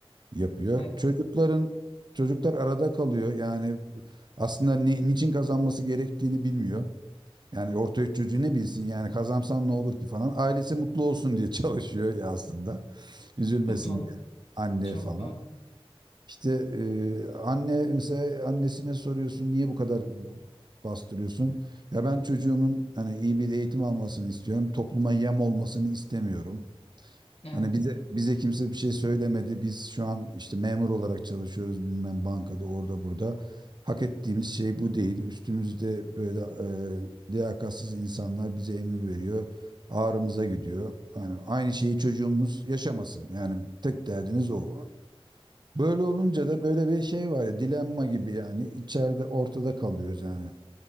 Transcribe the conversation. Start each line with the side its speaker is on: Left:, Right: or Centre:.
Right: yapıyor.
Left: Evet.
Right: Çocukların çocuklar arada kalıyor. Yani aslında ne, niçin kazanması gerektiğini bilmiyor. Yani orta üç çocuğu ne bilsin yani kazansan ne olur ki falan. Ailesi mutlu olsun diye <laughs> çalışıyor ya aslında. Üzülmesin
Left: Çok doğru.
Right: diye anne
Left: Çok
Right: falan.
Left: doğru.
Right: İşte e, anne mesela annesine soruyorsun niye bu kadar bastırıyorsun? Ya ben çocuğumun hani iyi bir eğitim almasını istiyorum. Topluma yem olmasını istemiyorum.
Left: Evet.
Right: Hani bize bize kimse bir şey söylemedi. Biz şu an işte memur olarak çalışıyoruz bilmem bankada orada burada. Hak ettiğimiz şey bu değil. Üstümüzde böyle e, liyakatsiz insanlar bize emir veriyor. Ağrımıza gidiyor. Yani aynı şeyi çocuğumuz yaşamasın. Yani tek derdiniz o. Böyle olunca da böyle bir şey var ya dilenma gibi yani içeride ortada kalıyoruz yani.